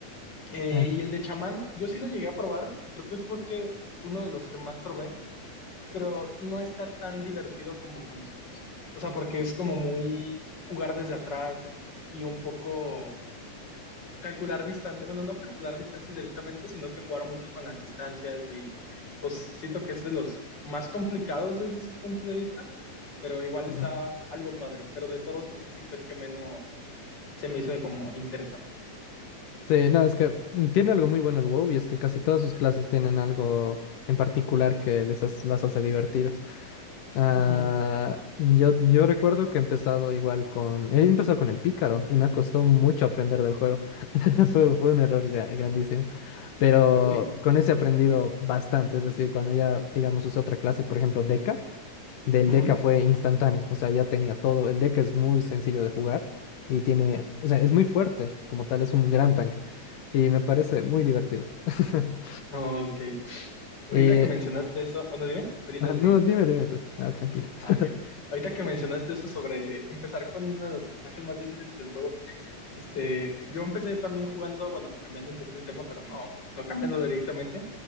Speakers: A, on the left; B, on the left.
A: Eh,
B: Eh,
A: y el de chamán, yo sí lo llegué a probar y creo que fue que uno de los que más probé, pero no está tan divertido como con nosotros. O sea, porque es como muy jugar desde atrás y un poco calcular distancia. Bueno, no calcular distancias directamente, sino que jugar mucho con las distancias y pues siento que es de los más complicados desde ese punto de vista, pero igual
B: ujú.
A: está algo padre. Pero de todos creo que sí fue el que menos se me hizo como interesante.
B: Sí, no, es que mm, tiene algo muy bueno el WoW y es que casi todas sus clases tienen algo en particular que les hace- las hace divertidas. Ah,
A: Ujú.
B: yo, yo recuerdo que he empezado igual con... He empezado con el pícaro y me costó mucho aprender del juego. <laughs> Fue, fue un error gra- grandísimo. Pero
A: Uy.
B: con ese he aprendido bastante. Es decir, cuando ya, digamos, usé otra clase, por ejemplo, Deca del
A: Ujú.
B: Deca fue instantáneo, o sea, ya tenía todo. El Deca es muy sencillo de jugar y tiene, o sea, es muy fuerte, como tal, es un gran tanque y me parece muy divertido. <laughs>
A: Ok. Ahorita
B: Y,
A: que mencionaste eso, bueno, dime, ahorita
B: ah,
A: te
B: no,
A: digo.
B: dime, dime tú, ah, tranquilo. <laughs>
A: Ah, ok. Ahorita que mencionaste eso sobre empezar con uno de los personajes más difíciles del juego, este, yo empecé también jugando, bueno, cambiando un poco el tema, pero no, no cambiando directamente.